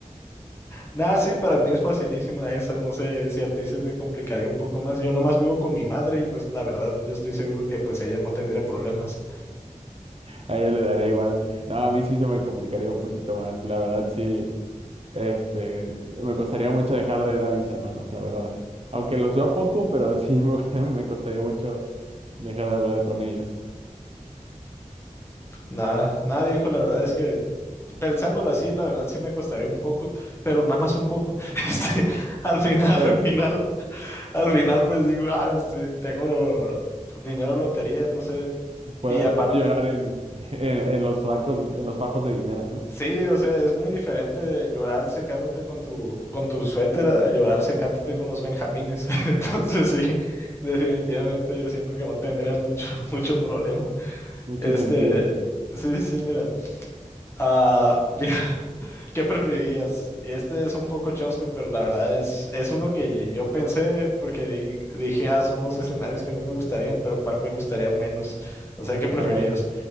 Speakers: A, on the left (about 20°); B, on the right (about 50°).
A: Nada, sí, para mí es facilísima esa, no sé si a ti se te complicaría un poco más. Yo nomás vivo con mi madre y pues la verdad yo estoy seguro que pues ella no tendría problemas.
B: A ella le daría igual. No, a mí sí se me complicaría un poquito más. La verdad, sí, este, me costaría mucho dejar de ver a mis hermanos, la verdad. Aunque los veo poco, pero sí me, <laughs> me costaría mucho dejar de hablar con ellos.
A: Nada, nada, viejo, la verdad es que pensándolo así, la verdad sí me costaría un poco, pero nada más un poco. <laughs> Este, al final,
B: Pues,
A: al final, al final, pues digo, ah, este, tengo dinero en lotería, no sé.
B: Puedo,
A: Y aparte,
B: puedo llorar en, en, en los bancos, en los fajos de dinero, ¿no?
A: sí, o sea, es muy diferente llorar secándote con tu, con tu suéter a llorar secándote con los benjamines. <laughs> Entonces, sí, definitivamente siento que no tendría mucho, <laughs> mucho problema.
B: Mucho
A: Este,
B: sentido.
A: sí, sí, mira. Ah, <laughs> ¿Qué preferirías? Este es un poco chosco, pero la verdad es, es uno que yo pensé porque di- dije, ah, son dos escenarios que no me gustarían, pero ¿cuál me gustaría menos? O sea, ¿qué preferirías?
B: A ver.